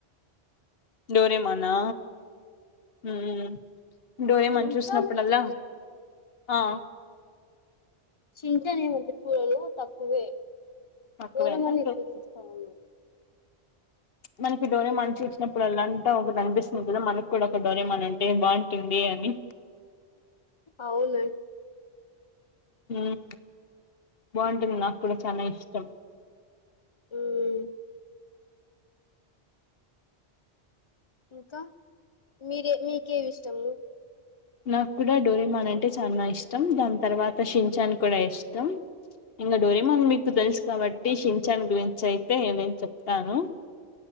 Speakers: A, on the left (about 65°); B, on the left (about 35°).
A: డోరేమానా? హ్మ్మ్ డోరేమాన్
B: షిన్చాన్
A: చూసినప్పుడల్లా. ఆ
B: శిన్చాన్ ఏమంత చూడడూ, తక్కువే.
A: తక్కువేనా
B: డోరోమాన్
A: డో
B: ఎక్కువ చుస్తామండి.
A: మనకి డోరేమాన్ చూసినప్పుడల్ల అంత ఒకటి అనిపిస్తుంది కదా, మనకు కూడా ఒక డోరేమాన్ ఉంటే బాగుంటుంది అని.
B: అవును.
A: ఉమ్, బాగుంటుంది మా. కూడ చానా
B: అలా
A: ఇష్టం.
B: ఉమ్ ఇంకా? మీరే మీకేదిష్టము?
A: నాకు కూడా డోరేమాన్ అంటే చానా ఇష్టం. దాని తర్వాత షిన్ఛాన్ కూడా ఇష్టం. ఇంకా డోరమాన్ మీకు తెలుసు కాబట్టి, షిన్ఛాన్ గురించి అయితే నేను చెప్తాను.